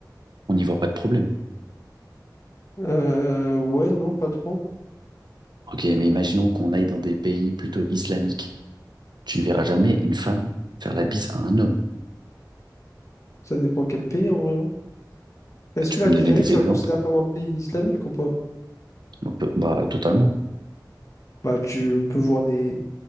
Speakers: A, on the right; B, on the left.
A: on n'y voit pas de problème.
B: Euh, ouais, non, pas trop.
A: Ok, mais imaginons qu'on aille dans des pays plutôt islamiques. Tu ne verras jamais une femme faire la bise à un homme.
B: Ça dépend quel pays en vrai. hein. Est-ce que
A: Tu peux
B: l'Algérie,
A: me donner des
B: tu la
A: exemples?
B: considères comme un pays islamique ou pas?
A: On peut- Bah, totalement.
B: Bah, tu peux voir des,